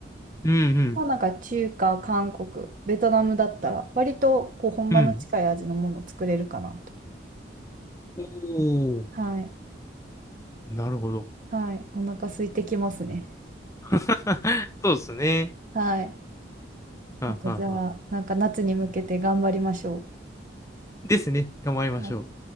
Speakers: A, on the left (about 15°); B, on the right (about 45°).
A: うんうん。
B: まあなんか中華、韓国、ベトナムだったら割とこう本場の近い味のものを作れるかなと。
A: うん。おお。
B: はい。
A: なるほど。
B: はい。お腹空いてきますね。
A: <laughs> そうですね。
B: はい。
A: はんはんはん
B: あとじゃあ、なんか夏に向けて頑張りましょ
A: ですね。頑張りましょう。
B: う。はい